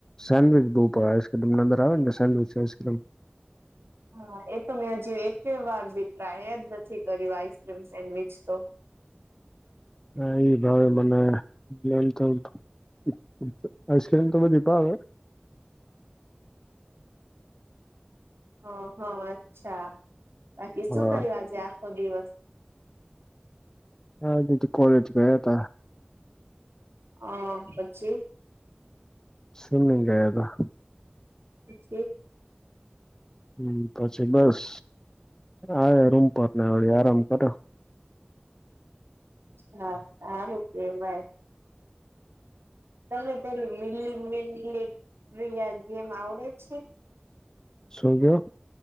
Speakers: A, on the left (about 15°); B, on the right (about 85°).
A: સેન્ડવીચ બહુ પડે. આઈસક્રીમ એમની અંદર આવે ને, સેન્ડવીચ આઈસક્રીમ.
B: હા, એ તો મેં હજી એક વાર બી ટ્રાય જ નથી કર્યું, આઈસક્રીમ સેન્ડવીચ તો
A: <unintelligible> આઈસક્રીમ તો દીપ આવે.
B: હ, હ. અચ્છા, બાકી
A: હા
B: શું કરવાજે આખો દિવસ?
A: હા, આજે તો કોલેજ ગયા હતા.
B: હા, પછી?
A: સ્વિમિંગ ગયા હતા
B: જ.
A: હમ, પછી બસ આવે રૂમ પર ને, આરામ કરો.
B: હા, સારું કહેવાય. તને પેલું મીલી મીલીટીયા ગેમ આવડે છે?
A: શું કેવ?